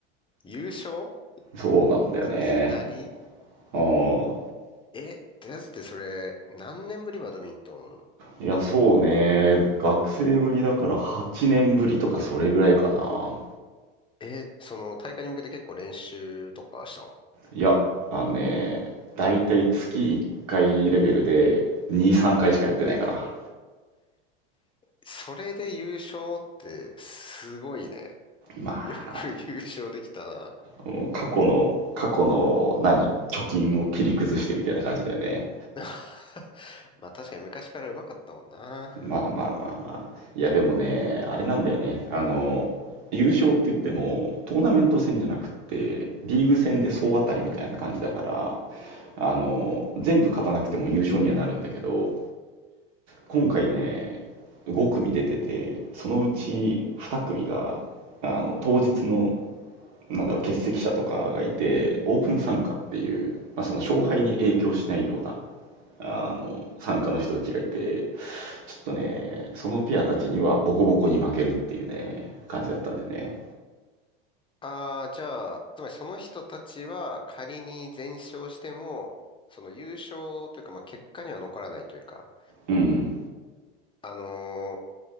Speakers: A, on the left; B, on the right.
A: 優勝
B: そうなんだよね。
A: いきなり
B: うん。
A: え、ってやつってそれ、何年ぶりバドミントン
B: いや、そうね。学生ぶりだから8年ぶりとかそれぐらいかな。
A: え、その大会に向けて結構練習とかしたの
B: いや、あのね、だいたい月1回レベルで2、3回しかやってないかな。
A: それで優勝ってすごいね。
B: まあ、
A: よく優勝できたな。
B: もう過去の、過去の何、貯金を切り崩してみたいな感じだよね。
A: <laughs> まあ確かに昔から上手かったもんな。
B: まあまあまあまあ。いや、でもね、あれなんだよね。あの、優勝って言っても、トーナメント戦じゃなくって、リーグ戦で総当たりみたいな感じだから、あの、全部勝たなくても優勝にはなるんだけど、今回ね、5組出てて、そのうち2組が、あの、当日の、なんだろう、欠席者とかがいて、オープン参加っていう、まあ、その勝敗に影響しないような、あの、参加の人たちがいて、ちょっとね、そのペアたちにはボコボコに負けるっていうね、感じだったんでね。
A: ああ、じゃあ、つまりその人たちは仮に全勝しても、その優勝というか、まあ結果には残らないというか、
B: うん。
A: あのー